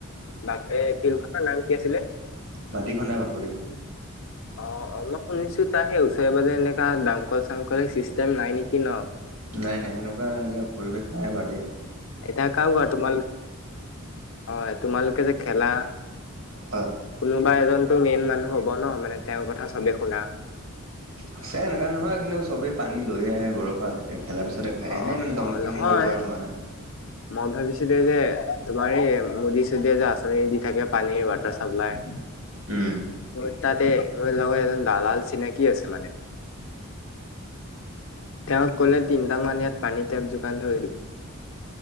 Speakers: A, on the left (about 65°); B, on the right (about 70°).
A: বাক এই ফিল্ড খনৰ নাম কি আছিলে
B: মাটি খন্দা বাকৰি
A: অ অ মই শুনিছো তাৰ সেই ওচৰে পাজৰে এনেকা দামকল চামকল চিষ্টেম নাই নিকি ন
B: নাই নাই সেনেকুৱা এনেকা পৰিৱেশ নাই বাৰু এতিয়া
A: এতিয়া কাওৱা তোমালোক অ তোমালোকে যে খেলা
B: হয়।
A: কোনোবা এজনতো মেইন মানুহ হ'ব ন মানে তেওঁৰ কথা চবে শুনা
B: আছে এনেকুৱা নহয় কিন্তু চবেই পানী লৈয়ে আহে ঘৰত পোৱা তেতিয়া খেলাৰ পিছতে খাই
A: অ
B: এনেই মানে দমকল
A: অ নহয়
B: চমকলৰ ব্যৱহাৰ হোৱা নাই
A: মই ভাবিছিলো যে তোমাৰ এই মুদী-চুদিয়ে যে, আঁচনি দি থাকে পানীৰ ৱাটাৰ চাপ্লাই?
B: উম।
A: মোৰ তাতে মোৰ লগত এজন দালাল চিনাকি আছে মানে। তেওঁক ক'লে তিনিটা মান ইয়াত পানী টেপ যোগান ধৰি দিব।